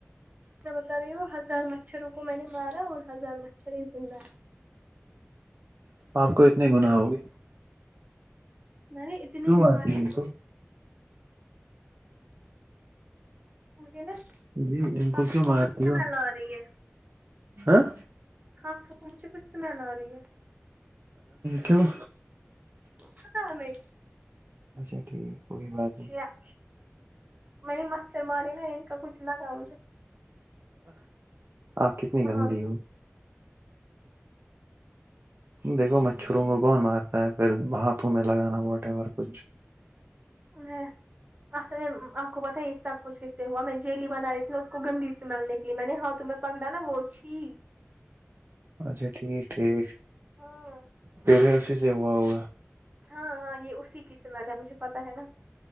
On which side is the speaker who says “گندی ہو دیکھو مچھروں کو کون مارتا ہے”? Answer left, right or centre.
Right